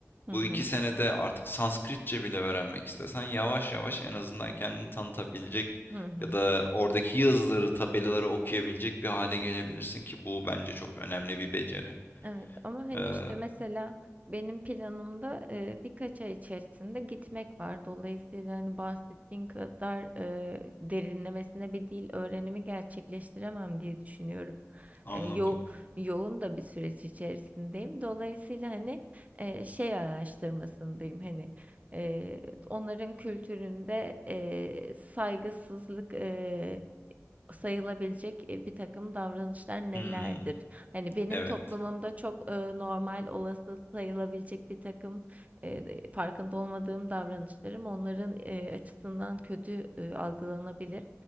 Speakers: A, on the right; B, on the left.
A: Hı
B: bu
A: hı.
B: iki senede artık Sanskritçe bile öğrenmek istesen yavaş yavaş en azından kendini tanıtabilecek
A: Hı hı.
B: ya da oradaki yazıları, tabelaları okuyabilecek bir hale gelebilirsin ki bu bence çok önemli bir beceri.
A: Evet ama hani
B: Ee,
A: işte mesela benim planımda e, birkaç ay içerisinde gitmek var. Dolayısıyla hani bahsettiğin kadar e, derinlemesine bir dil öğrenimi gerçekleştiremem diye düşünüyorum.
B: anladım.
A: E, yo yoğun da bir süreç içerisindeyim. Dolayısıyla hani e, şey araştırmasındayım hani e, onların kültüründe e, saygısızlık e, sayılabilecek, eee, bir takım davranışlar nelerdir?
B: Hmm,
A: Hani benim
B: evet.
A: toplumumda çok, eee, normal, olası sayılabilecek birtakım, eee, farkında olmadığım davranışlarım onların, eee, açısından kötü, eee, algılanabilir.